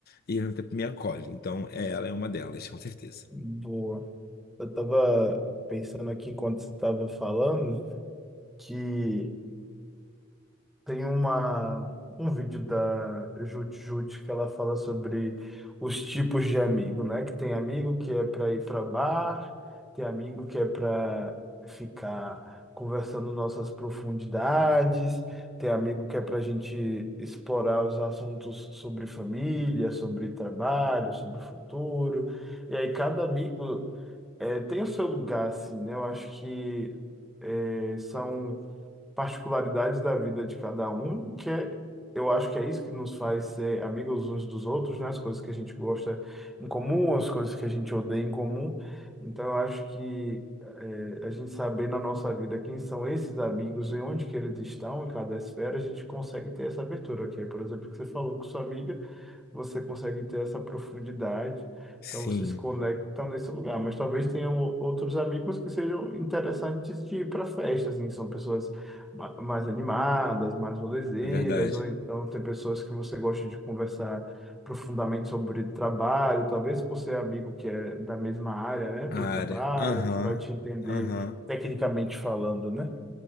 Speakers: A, on the left; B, in the centre.
A: e ao mesmo tempo me acolhe. Então, é, ela é uma delas, com certeza.
B: Boa. Eu tava pensando aqui enquanto você tava falando que Tem uma, um vídeo da Jut Jut que ela fala sobre os tipos de amigo, né? Que tem amigo que é para ir para bar, tem amigo que é para ficar conversando nossas profundidades, tem amigo que é para a gente explorar os assuntos sobre família, sobre trabalho, sobre futuro. E aí cada amigo eh, tem o seu lugar, assim, né? Eu acho que eh, são particularidades da vida de cada um, que é, eu acho que é isso que nos faz ser amigos uns dos outros, né? As coisas que a gente gosta em comum, as coisas que a gente odeia em comum. Então, eu acho que eh, a gente saber na nossa vida quem são esses amigos e onde que eles estão, em cada esfera, a gente consegue ter essa abertura, que é, por exemplo, que você falou com sua amiga você consegue ter essa profundidade,
A: Sim,
B: então você se conecta nesse lugar. Mas talvez tenham o- outros amigos que sejam interessantes de ir para festas, assim, que são pessoas ma- mais animadas, mais rolezeiras,
A: é verdade.
B: ou então tem pessoas que você gosta de conversar profundamente sobre trabalho, talvez por ser amigo que é da mesma área, né, do
A: A
B: trabalho,
A: área. Aham,
B: que vai te entender
A: aham.
B: tecnicamente falando, né?